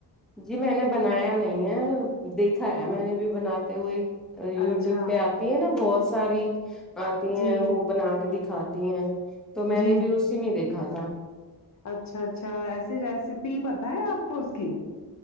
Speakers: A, in the centre; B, on the left (about 45°).
A: جی میں نے بنایا نہیں ہے دیکھا ہے میں نے بھی بناتے ہوئے یوٹیوب
B: اچھا
A: پہ آتی ہے نا بہت ساری آتی
B: جی
A: ہیں وہ بنا کے دکھاتی ہیں تو میں
B: جی
A: نے
B: جی
A: بھی اسی میں دیکھا تھا
B: اچھا اچھا ایسی ریسیپی پتہ ہے آپ کو اس کی